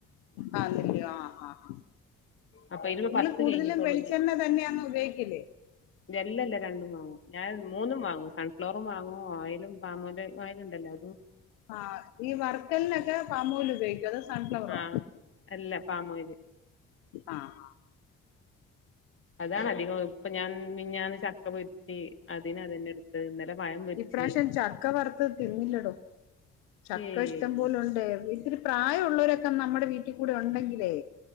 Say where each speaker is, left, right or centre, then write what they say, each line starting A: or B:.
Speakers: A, on the left; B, on the left.
A: ആ നല്ലോ ആ ആ ആ നിങ്ങള്
B: അപ്പൊ അയില് പത്ത്
A: കൂടുതലും
B: കഴിഞ്ഞിട്ടുള്ളൂ
A: വെളിച്ചെണ്ണ തന്നെയങ് ഉപയോഗിക്കില്ലേ
B: ല്ലല്ല രണ്ടും വാങ്ങും ഞാൻ മൂന്നും വാങ്ങും സൺഫ്ലോറും വാങ്ങുവോ ഓയിലും ഫാമോ ഓയിലുണ്ടല്ലോ
A: ആഹ ഈ വർക്കലിനൊക്കെ പാമോയില് ഉപയോഗികോ അതോ സൺഫ്ലവറോ.
B: ആഹ് അല്ല പാമോയില്.
A: ആഹ ആഹ്.
B: അതാണ് അധികം ഇപ്പൊ ഞാൻമിഞ്ഞാന് ചക്ക പോരി. അതിന് അതന്നെ ഇട്ത്തത് ഇന്നലെ. പഴം പൊരിച്ച്
A: ഇപ്രാവശ്യം ചക്ക വറുത്ത് തിന്നില്ലടോ ചക്ക
B: ഏയ്
A: ഇഷ്ടം പോലുണ്ടേര്. ത്തിരി പ്രായമ ഉുള്ളോരൊക്കെ നമ്മുടെ വീട്ടി കൂടെ ഉണ്ടെങ്കിലേ